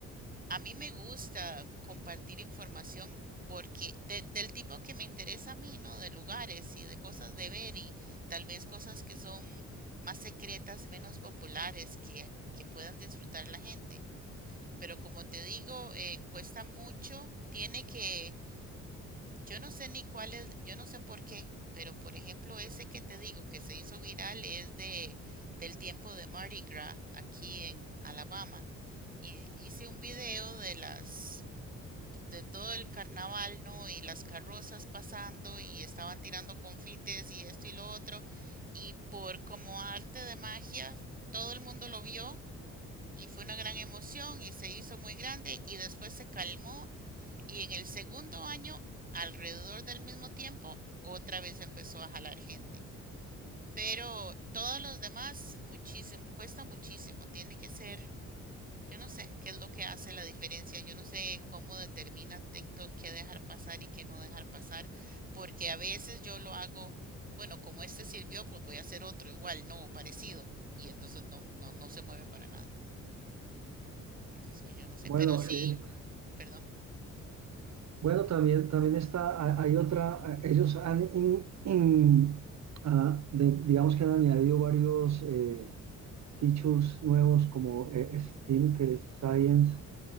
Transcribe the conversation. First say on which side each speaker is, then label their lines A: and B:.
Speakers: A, on the right; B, on the right.
A: A mí me gusta compartir información porque de- del tipo que me interesa a mí, ¿no? De lugares y de cosas de ver y tal vez cosas que son más secretas, menos populares, que, que puedan disfrutar la gente. Pero como te digo, eh, cuesta mucho, tiene que, yo no sé ni cuál es, yo no sé por qué, pero por ejemplo ese que te digo que se hizo viral es de del tiempo de Mardi Gras aquí en Alabama. Y hice un video de las de todo el carnaval, ¿no? Y las carrozas pasando y estaban tirando confites y esto y lo otro. Y por como arte de magia, todo el mundo lo vio y fue una gran emoción y se hizo muy grande y después se calmó y en el segundo año, alrededor del mismo tiempo, otra vez empezó a jalar gente. Pero todos los demás, muchísimo, cuesta muchísimo, tiene que ser yo no sé qué es lo que hace la diferencia, yo no sé cómo determina TikTok qué dejar pasar y qué no dejar pasar, porque a veces yo lo hago, bueno, como este sirvió, pues voy a hacer otro igual, no, o parecido, y entonces no, no, no se mueve para nada. Así es que yo no sé,
B: Bueno,
A: pero sí,
B: eh,
A: perdón.
B: bueno, también, también está, ha- hay otra, eh, ellos han, in- in- ah, de- digamos que han añadido varios eh, features nuevos como eh, STEAM, que es Science,